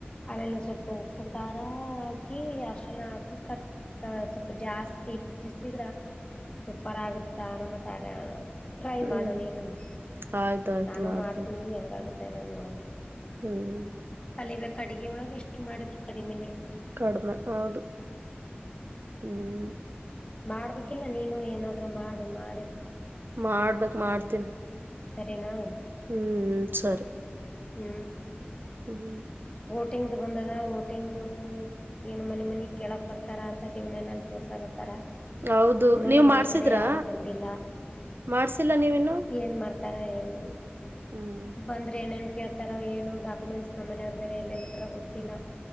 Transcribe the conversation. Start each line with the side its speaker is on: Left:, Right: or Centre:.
Left: ಅದ್ರಲ್ ಸ್ವಲ್ಪ ಉಪ್ಪು ಖಾರ ಹಾಕಿ ಅರ್ಶಿಣ ಹಾಕಿ ಕತ್ ಸ್ವಲ್ಪ ಜಾಸ್ತಿ ಬಿಸಿದ್ರ ಸೂಪರ್ ಆಗುತ್ತ ನಮ್ಮ <unintelligible> ಟ್ರೈ
Right: ಹ್ಮ್
Left: ಮಾಡೋ ನೀನುನು
Right: ಆಯ್ತಾಯ್ತು
Left: ನಾನು
Right: ಮಾಡ್ತೀನಿ
Left: ಮಾಡ್ತ ಹೆಂಗ ಆಗುತ್ತೆನ ನೋಡನ್.
Right: ಹ್ಮ್
Left: ಇವಾಗ್ ಕಡ್ಗಿ ಒಳಗ್ ಎಷ್ಟು ಮಾಡಿದ್ರು ಕಡಿಮೆನೆ.
Right: ಕಡ್ಮ್ನೆ ಹೌದು ಹ್ಮ್
Left: ಮಾಡ್ಬೇಕಿಲ್ಲ ನೀನು ಏನಾದ್ರೂ ಮಾಡು ಮಾ
Right: ಮಾಡ್ಬೇಕ್ ಮಾಡ್ತೀನಿ.
Left: ಸರಿನಾ.
Right: ಹ್ಮ್ ಸರಿ.
Left: ಹ್ಮ್
Right: ಹ್ಮ್
Left: ಓಟಿಂಗ್ದು ಬಂದದ ಓಟಿಂಗ್ದು ಏನು ಮನಿ ಮನಿ ಕೇಳಕ್ ಬರ್ತಾರಾ ಅಂತ ಟಿವಿ ನೈನಲ್ಲಿ ತೋರ್ಸಕತ್ತಾರ.
Right: ಹೌದು
Left: ಇನ್ನುೂ
Right: ನೀವ್
Left: ನಮ್ಮನೆ
Right: ಮಾಡ್ಸಿದ್ರಾ
Left: ಕಡೆ ಯಾರು ಬಂದಿಲ್ಲ.
Right: ಮಾಡ್ಸಿಲ್ಲ ನೀವಿನ್ನು
Left: ಏನ್ ಮಾಡ್ತಾರ ಏನೊ
Right: ಹ್ಮ್
Left: ಬಂದ್ರೆ ಏನೇನ್ ಕೇಳ್ತಾರ ಏನು ಡಾಕ್ಯುಮೆಂಟ್ಸ್ ನಮ್ಮನೆ ಯವ್ರ್ ಬೇರೆ ಎಲ್ಲಲ್ಲಿ ಇಟ್ರೊ ಗೊತ್ತಿಲ್ಲ.